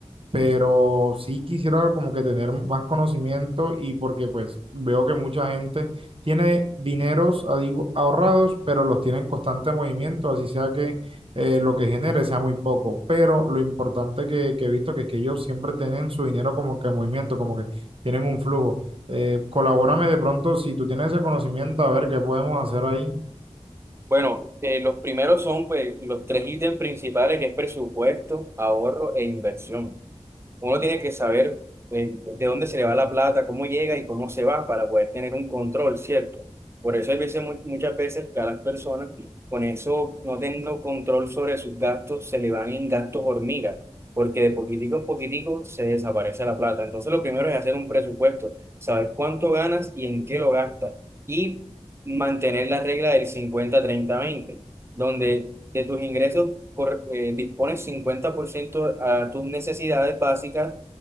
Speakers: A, on the right; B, on the right.
A: pero sí quisiera como que tener más conocimiento y porque pues veo que mucha gente tiene dineros ah, digo, ahorrados, pero los tiene en constante movimiento, así sea que eh, lo que genere sea muy poco, pero lo importante que, que he visto que es que ellos siempre tienen su dinero como que en movimiento, como que tienen un flujo. Eh, colabórame de pronto si tú tienes ese conocimiento, a ver qué podemos hacer ahí.
B: Bueno, eh, los primeros son pues, los tres ítems principales que es presupuesto, ahorro e inversión. Uno tiene que saber eh, de dónde se le va la plata, cómo llega y cómo se va para poder tener un control, ¿cierto? Por eso hay veces, mu- muchas veces que a las personas con eso no teniendo control sobre sus gastos se le van en gastos hormigas, porque de poquitico a poquitico se desaparece la plata. Entonces lo primero es hacer un presupuesto, saber cuánto ganas y en qué lo gastas y mantener la regla del cincuenta treinta veinte donde de tus ingresos cor- eh, dispones 50% a tus necesidades básicas,